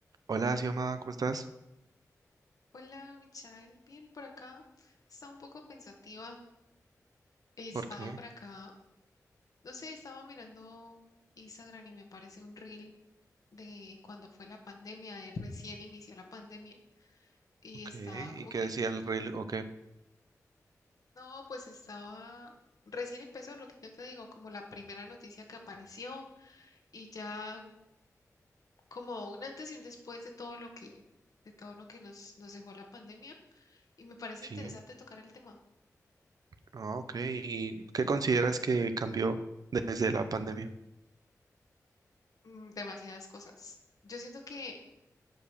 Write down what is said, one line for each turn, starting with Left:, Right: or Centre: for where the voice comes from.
Right: Hola, Xioma, ¿cómo estás?
Left: Hola, Michael. Bien, por acá. Estaba un poco pensativa. Estaba
Right: ¿Por qué?
Left: por acá. No sé, estaba mirando Instagram y me aparece un reel de cuando fue la pandemia, de recién inició la pandemia. Y
Right: Ok.
Left: estaba
Right: ¿Y
Left: como
Right: qué
Left: que,
Right: decía el reel? Ok.
Left: no, pues estaba. Recién empezó lo que yo te digo, como la primera noticia que apareció y ya como un antes y un después de todo lo que, de todo lo que nos, nos dejó la pandemia. Y me parece
Right: Sí.
Left: interesante tocar el tema.
Right: Ah, ok. ¿Y qué consideras que cambió desde la pandemia?
Left: Mm, Demasiadas cosas. Yo siento que